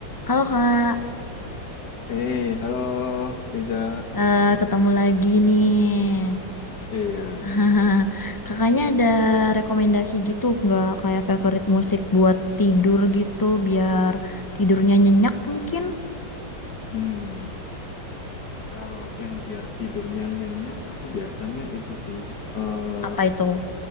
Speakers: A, on the left; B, on the left.
A: Halo Kak,
B: Eh, halo Reza.
A: Eh, ketemu lagi nih.
B: Iya.
A: <laughs> Kakaknya ada rekomendasi gitu nggak kayak favorit musik buat tidur gitu biar tidurnya nyenyak mungkin?
B: Hmm, kalau yang biar tidurnya nyenyak, aku biasanya itu sih, eh,
A: Apa itu?